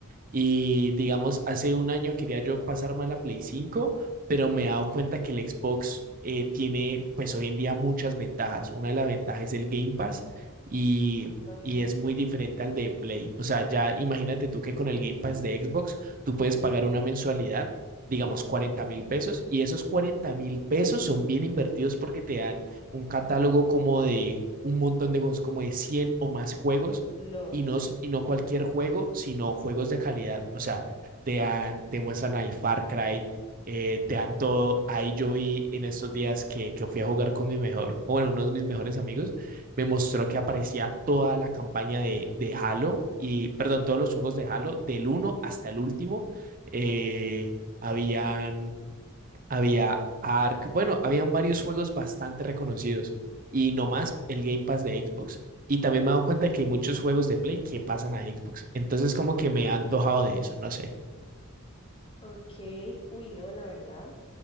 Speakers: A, on the right; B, on the left.
A: y digamos, hace un año quería yo pasarme a la Play cinco pero me he dado cuenta que el Xbox eh, tiene, pues hoy en día, muchas ventajas. Una de las ventajas es el Game Pass y,
B: ajá,
A: y es muy diferente al de Play. O sea, ya imagínate tú que con el Game Pass de Xbox tú puedes pagar una mensualidad, digamos, 40 mil pesos, y esos 40 mil pesos son bien invertidos porque te dan un catálogo como de un montón de juegos, como de 100 o más juegos
B: no,
A: y no, s- y no cualquier juego, sino juegos de calidad. O sea, te, dan, te muestran ahí Far Cry, eh, te dan todo. Ahí yo vi en estos días que, que fui a jugar con mi mejor, o bueno, uno de mis mejores amigos, me mostró que aparecía toda la campaña de, de Halo, y perdón, todos los juegos de Halo, del uno hasta el último. Eh, habían había Ark, bueno, habían varios juegos bastante reconocidos y no más el Game Pass de Xbox. Y también me he dado cuenta de que hay muchos juegos de Play que pasan a Xbox. Entonces como que me ha antojado de eso, no sé.
B: ok, uy, no, la verdad,